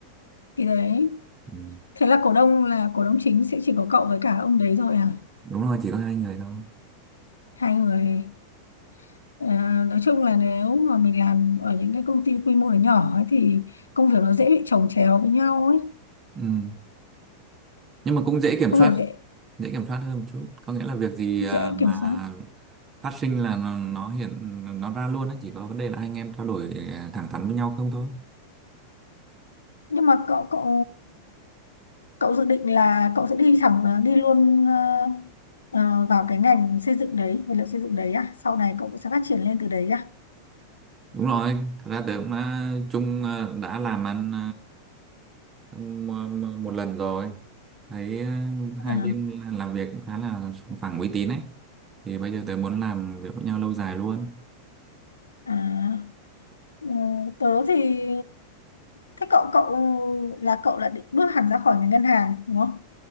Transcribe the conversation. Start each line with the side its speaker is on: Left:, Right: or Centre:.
Left: thì đấy
Right: ừ.
Left: thế là cổ đông là cổ đông chính sẽ chỉ có cậu với cả ông đấy thôi à
Right: đúng rồi chỉ có hai người thôi
Left: hai người Ờ, nói chung là nếu mà mình làm ở những cái công ty quy mô nó nhỏ ấy thì công việc nó dễ bị chồng chéo với nhau ấy
Right: ừ. nhưng mà cũng dễ kiểm
Left: công
Right: soát
Left: việc dễ
Right: dễ kiểm soát hơn một chút có nghĩa là việc gì
Left: dễ
Right: à, mà
Left: kiểm soát
Right: phát sinh là nó, nó hiện nó ra luôn á chỉ có vấn đề là anh em trao đổi à, thẳng thắn với nhau không thôi
Left: nhưng mà cậu cậu cậu dự định là cậu sẽ đi thẳng ờ, đi luôn ờ, ờ, vào cái ngành xây dựng đấy vật liệu xây dựng đấy à sau này cậu cũng sẽ phát triển lên từ đấy à,
Right: Đúng rồi, thật ra tớ cũng đã, chung ờ, đã làm ăn ờ, m- một lần rồi. Thấy ờ, hai
Left: à,
Right: bên làm việc cũng khá là sòng phẳng uy tín ấy. Thì bây giờ tớ muốn làm việc với nhau lâu dài luôn.
Left: à ừ, tớ thì thế cậu cậu là cậu là định bước hẳn ra khỏi ngành ngân hàng đúng không